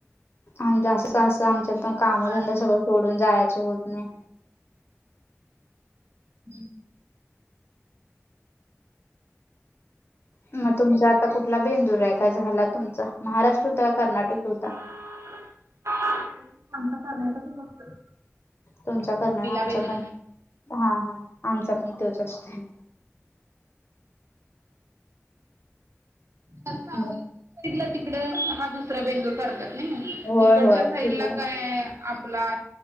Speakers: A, on the left; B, on the right.
A: आमचे असं सासू आमच्यात कामधंदा
B: बर.
A: सगळं सोडून जायचं होत नाही.
B: हं.
A: म तुमचा आता कुठला बेंदूर आहे? का झाला तुमचा? महाराष्ट्र होता का कर्नाटक होता?
B: नही आमचा कर्नाटकीच असतोय.
A: तुमचा कर्नाट,
B: पहिला
A: आमचा
B: बेंदूर.
A: पण, हा हा आमचा पण तोच असतोय.
B: सांगलीच्या
A: मग
B: साईडला तिकड हा दुसरा बेंदूर कर तात नाही.
A: होय
B: इकडच्या
A: होय
B: साईडला
A: तिकडं
B: काय आपला